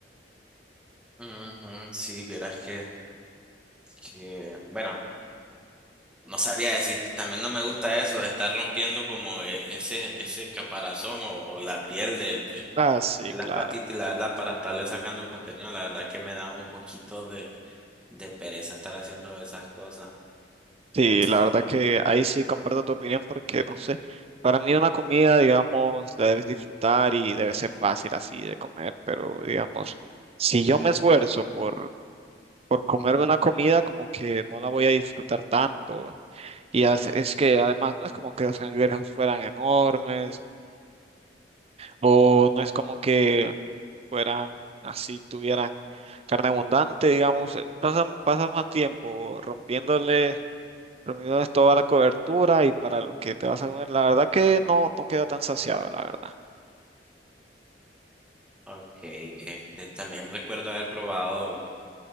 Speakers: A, in the centre; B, on the right.
A: Ujú, sí, vieras que. que, bueno, no sabría decirte, también no me gusta eso de estar rompiendo como e- ese, ese caparazón o, o la piel de, de,
B: Ah, sí,
A: de las
B: claro.
A: patitas, y la verdad, para estarle sacando el contenido, la verdad que me da un poquito de, de pereza estar haciendo esas cosas.
B: Sí,
A: Mm,
B: la verdad que ahí sí comparto tu opinión porque, no sé, para mí una comida, digamos, la debes disfrutar y debe ser fácil así de comer, pero, digamos, si yo me esfuerzo por, por comerme una comida, como que no la voy a disfrutar tanto. Y as- es que además no es como que los canguros fueran enormes O no es como que fueran así, tuvieran carne abundante, digamos. eh, Pasan, pasas más tiempo rompiéndole, rompiéndoles toda la cobertura y para lo que te vas a comer, la verdad que no, no queda tan saciado, la verdad.
A: ok, este, también recuerdo haber probado